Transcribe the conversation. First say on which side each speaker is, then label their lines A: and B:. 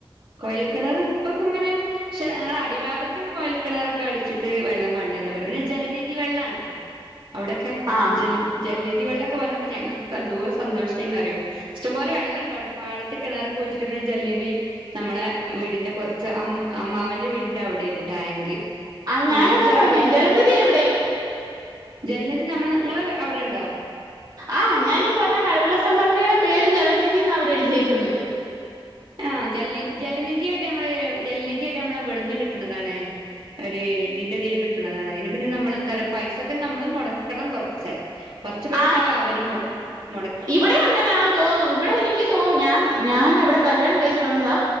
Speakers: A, on the right; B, on the right.
A: കൊയൽക്കിണർ ഇപ്പൊക്കങ്ങനെ പക്ഷെ ഞങ്ങളുടെ അടിഭാഗത്തൊക്കെ കോയൽക്കിണറൊക്കെ അടിച്ചിട്ട് വെള്ളം ക ണ്ട് ന്നാ പറി പിന്നെ ജലനിധി വെള്ളാണ് ഇപ്പ അവിടൊ ക്കെ
B: ആ
A: ജല ജലനിധി വെള്ള ക്കെ വന്നപ്പോ ഞങ്ങൾകൊക്കെ എന്തോരു സന്തോഷേ ന്നറിയോ ഇഷ്ടം പോലെ വെള്ളണ്ടവിടെ പാടത്ത് കിണറക്കെ കുഴിച്ച് ട്ട് പിന്നെ ജല നിധി നമ്മളെ വീടിന്റെ കുറച്ച് അ അമ്മാവന്റെ വീടിന്റെ അവിടെണ് ടാങ്ക്.
B: ആ ഞാനതാ
A: ഞാനൊക്കെ ചെറുപ്പത്തില്
B: പറഞ്ഞേ ജലനിധി എവിടെ?
A: ജലനിധി നമ്മൾ നിങ്ങളെ അവിടെണ്ടോ?
B: ആ ഞാനീ പറഞ്ഞ മഴവള്ള സംഭരണിയുടെ പേര് ജലനിധിന്ന അവര് എഴുതിയേക്കു ന്നെ
A: ആ ജല ജലനിധിയായിട്ട് നമ്മള് ജലനിധിയായിട്ട് നമ്മളെ മ്പവട്ന്ന് കിട്ട്ണതാണ് ഒര് ഇതിന്റെ തീല് കിട്ട്ണതാണ് അതിന് പിന്നെ നമ്മെളന്താ റയേ പൈസൊക്കെ നമ്മള് മുടക്കണം കുറച്ചേ കൊറച്ച്പൈസ
B: ആ
A: അവരും മൊ
B: ഇവിടെ അങ്ങനാന്ന് തോന്നുന്നു ഇവിടെ എനിക്ക് തോന്ന ഞാൻ ഞൻ ഇവിടെ. കല്യാണം കഴിച്ച് വന്നതാ